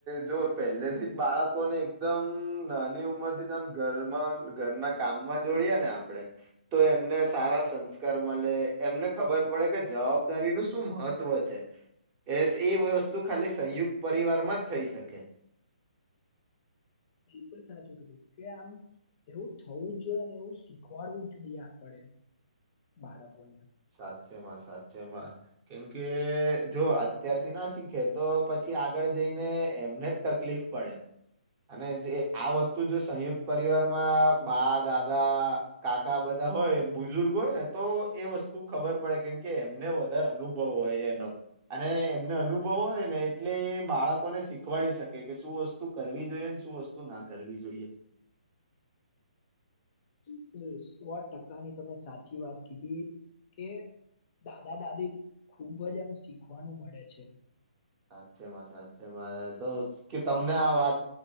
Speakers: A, on the right; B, on the left.
A: જો પહેલેથી જ બાળકો ને એકદમ નાની ઉંમર થી જ ઘર ઘરના કામમાં જોઈએ ને આપડે તો એમને સારા સંસ્કાર મળે એમને ખબર પડે કે જવાબદારી નું શું મહત્વ છે એ એ વસ્તુ ખા સંયુક્ત પરિવારમાં જ થઈ શકે
B: બિલકુલ સાચું કીધું કે આમ એવું થવું જ જોઈએ અને એવું શીખવાડવું જ જોઈએ આપે બાળકોને
A: સાચે માં સાચેમાં કેમકે જો અત્યારથી ના શીખે તો પછી પછી આગળ જઈને એમને જ તકલીફ પડે અને જે આ વસ્તુ જો સંયુક્ત પરિવારમાં બા દાદા કાકા બધા હોય બુઝુર્ગ હોય ને તો એ વસ્તુ તું ખબર પડે કેમ કે એમને વધારે અનુભવ હોય એનો અને એમને અનુભવ હોય ને એટલે એ બાળકોને શીખવાડી શકે કે શું વસ્તુ કરવી જોઈએ શું વસ્તુ ના કરવી જોઈએ
B: <inaudible> શુ સો ટકાની તમે સાચી વાત કીધી કે દાદા દાદી ખુબ જ એમ શીખવાનું મળે છે
A: સાચેમાં સાચેમાં તો કે તમને આ વાત